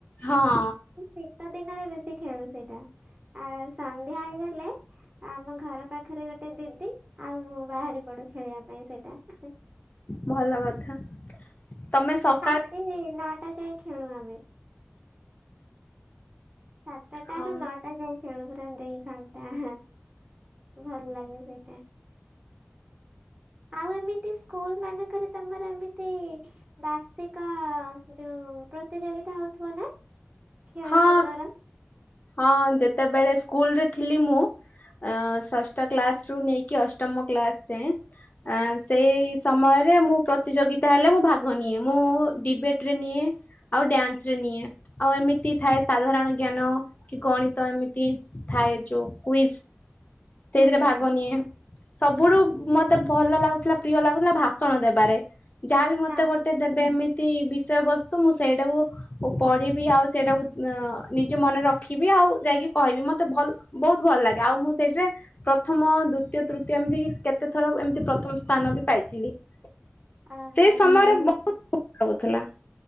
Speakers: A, on the left; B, on the right.
A: ହଁ।
B: ଶୀତ ଦିନରେ ବେଶୀ ଖେଳୁ ସେଇଟା। ଆ ସନ୍ଧ୍ୟା ହେଇଗଲେ ଆମ ଘର ପାଖରେ ଗୋଟେ ଦିଦି ଆଉ ମୁଁ ବାହାରି ପଡୁ ଖେଳିବା ପାଇଁ ସେଇଟା <unintelligible>
A: ଭଲ କଥା ତମେ ସକାଳ
B: ସେଇ ନଅଟା ଯାଇ ଖେଳୁ ଆମେ ସାତଟାରୁ
A: ହଁ
B: ନଅଟା ଯାଇ ଖେଳୁ ପୁରା ଦି ଘଣ୍ଟା। ଭଲ ଲାଗେ ସେଇଟା। ଆଉ ଏମିତି ସ୍କୁଲ ମାନଙ୍କରେ ତମର ଏମିତି ବାର୍ଷିକ ଯୋଉ ପ୍ରତିଯୋଗିତା ହଉଥିବ ନା ଖେଳକୁଦର?
A: ହଁ ହଁ ଯେତେବେଳେ ସ୍କୁଲରେ ଥିଲି ମୁଁ ଅ ଷଷ୍ଠ କ୍ଲାସ ରୁ ନେଇକି ଅଷ୍ଟମ କ୍ଳାସ ଯାଏଁ ଆ
B: ହୁଁ
A: ସେଇ ସମୟରେ ମୁଁ ପ୍ର ପ୍ରତିଯୋଗିତା ହେଲେ ମୁଁ ଭାଗ ନିଏ ମୁଁ ଡିବେଟ ରେ ନିଏ ଆଉ ଡ୍ୟାନ୍ସ ରେ ନିଏ ଆଉ ଏମିତ ତି ଥାଏ ସାଧାରଣ ଜ୍ଞାନ କି ଗଣିତ ଏମିତି ଥାଏ ଯୋଉ କୁଇଜ ସେଇଥିରେ
B: ହୁଁ ହୁଁ
A: ଭାଗ
B: ହୁଁ।
A: ନିଏ ସବୁଠୁ ମତେ ଭଲ ଲାଗୁଥିଲା ପ୍ରିୟ ଲାଗୁଥିଲା ଭାଷଣ ଦେବାରେ ଯାହାବି ମତେ
B: ହଁ
A: ଗୋଟେ
B: ହଁ
A: ଦେବେ ଏମିତି ବିଷୟବସ୍ତୁ ମୁଁ ସେଇଟାକୁ ଓ ପଢିବି ଆଉ ସେଇଟାକୁ ନିଜେ ମନେରେ ରଖିବି ଆଉ ଯାଇକି କହିବି ମତେ ଭଲ ବହୁତ ଭଲ ଲାଗେ ଆଉ ମୁଁ ସେଇଠିରେ ପ୍ରଥମ ଦ୍ଵିତୀୟ ତୃତୀୟ ଏମିତି କେତେ ଥର ଏମତି ପ୍ରଥମ ସ୍ଥାନ ବି ପାଇଥିଲି। ସେ
B: ଓହୋ
A: ସମୟରେ
B: ତାହେଲେ
A: ବହୁତ ଭଲ ଲାଗୁଥିଲା।